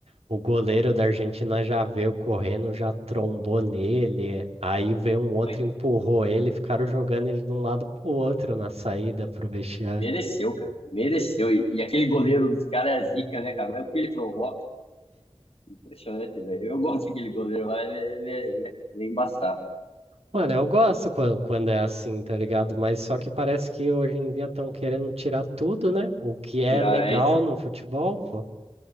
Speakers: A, on the right; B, on the left.
A: O goleiro da Argentina já veio correndo, já trombou nele. Aí veio um outro,
B: Ai,
A: empurrou ele, ficaram jogando ele de um lado pro outro na saída pro vestiário.
B: mereceu, cara. Mereceu. E, e aquele goleiro dos caras é zica, né, cara? Mas o que ele provoca? Impressionante, velho. Eu gosto daquele goleiro lá, ele, ele, é, ele é ele é embaçado.
A: Mano, eu gosto quan- quando, é assim, tá ligado? Mas só que parece que hoje em dia estão querendo tirar tudo, né? O que é
B: Tirar,
A: legal
B: é, então.
A: no futebol, pô.